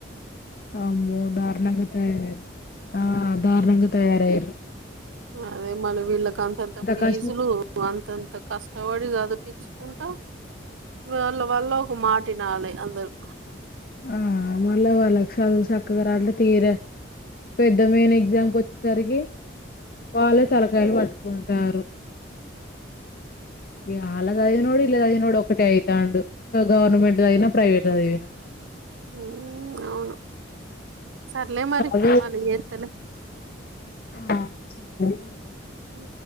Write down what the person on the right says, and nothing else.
అ అదే మళ్ళి వీళ్ళకి అంతంత ఫీజులూ.
అంతంత కష్టపడి చదు ఇచ్చుకుంటా వాళ్ళ వాళ్ళ ఒక మాటినాలి అందరు.
హా అవును సర్లే మరి
మళ్ళి చేత్తలే.
ఊ